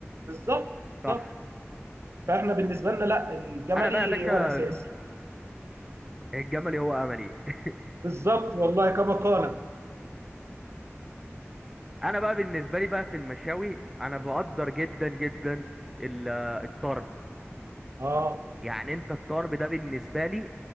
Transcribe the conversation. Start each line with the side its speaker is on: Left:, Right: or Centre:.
Right: بالظبط
Centre: صح
Right: بالظبط فاحنا بالنسبه لنا لا الجملي
Centre: انا بقى يا باشا
Right: هو الاساس
Centre: الجملي هو املي <laughs>
Right: بالظبط والله كما قال
Centre: انا بقى بالنسبه لي بقى في المشاوي انا بقدر جدا جدا ال- الطرب
Right: اه
Centre: يعني انت الطرب ده بالنسبة لي